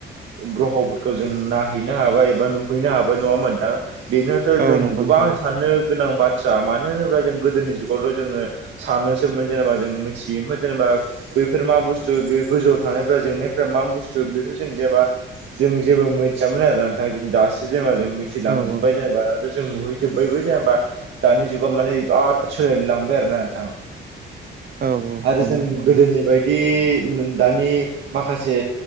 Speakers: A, on the right (about 70°); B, on the right (about 50°).
A: ग्रह'फोरखौ जों नायहैनो हाबाय एबा नुहैनो हाबाय नङा होमबा नोंथां? बेनोथ'
B: औ
A: जों
B: नंगौ
A: गोबां
B: नोंथां
A: साननो गोनां बाथ्रा मानो होनोब्ला जों गोदोनि जुगावथ' जोङो सानोसोमोन जेनेबा जों मिथियोमोन जेनेबा बैफोर मा बुस्थु बे गोजौआव थानायफ्रा जोंनाय फोरा मा बुस्थु बेखौ जों जेनबा जों जेबो मोनथियामोन आरो नोंथां जों दासो जेनबा जों मिथिलांजोबबाय
B: औ औ
A: जेनेबा आरो जों नुहैजोबबायबो जेनेबा दानि जुगाव माने सोलाय लांबाय आरो ना नोंथां
B: औ औ
A: आरो
B: हमबाय
A: जों
B: नंगौ
A: गोदोनि बायदि दानि माखासे